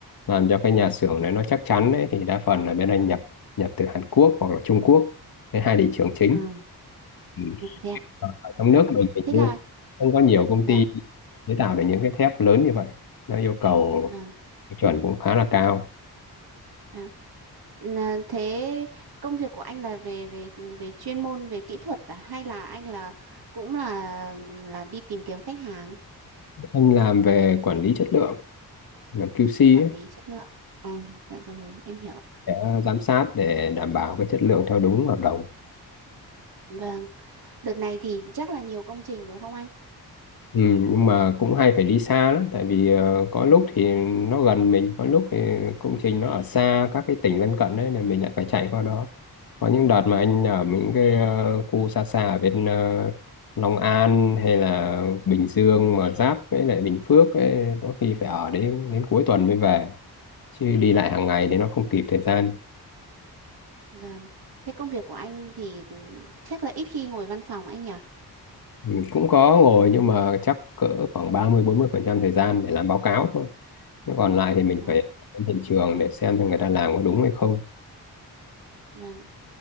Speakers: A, on the left (about 60°); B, on the right (about 65°).
A: làm cho cái nhà xưởng đấy nó chắc chắn đấy thì đa phần là bên anh nhập nhập từ Hàn Quốc hoặc là Trung Quốc cái hai thị trường chính
B: Ừ.
A: Ừ.
B: Ừ, Thế ạ.
A: Còn ở trong
B: Vâng.
A: nước mình hình
B: Thế
A: như
B: là
A: không có nhiều công
B: Dạ,
A: ty chế tạo được những cái thép lớn như vậy nó yêu cầu
B: vâng,
A: cái chuẩn cũng khá là cao.
B: vâng. Là thế công việc của anh là về về về chuyên môn về kỹ thuật à hay là anh là cũng là là đi tìm kiếm khách hàng,
A: Anh làm về quản lý chất lượng, làm QC
B: quản
A: ấy,
B: lý chất lượng? À, dạ rồi, em hiểu.
A: để giám sát để đảm bảo cái chất lượng theo đúng hợp đồng.
B: Vâng, đợt này thì chắc là nhiều công trình đúng không anh?
A: Ừ, nhưng mà cũng hay phải đi xa lắm, tại vì ờ, có lúc thì nó gần mình, có lúc thì công trình nó ở xa các cái tỉnh lân cận đấy, nên mình lại phải chạy qua đó. Có những đợt mà anh ở những cái ờ, khu xa xa ở bên ờ, Long An hay là Bình Dương mà giáp với lại Bình Phước ấy, có khi phải ở đến đến cuối tuần mới về, chứ đi lại hàng ngày thì nó không kịp thời gian.
B: Vâng. Thế công việc của anh thì ừ, chắc là ít khi ngồi văn phòng anh nhỉ?
A: Ừ, cũng có ngồi nhưng mà chắc cỡ khoảng ba mươi bốn mươi phần trăm thời gian để làm báo cáo thôi. Thế còn lại thì mình
B: Và
A: phải đến hiện trường để xem xem người ta làm có đúng hay không.
B: vâng.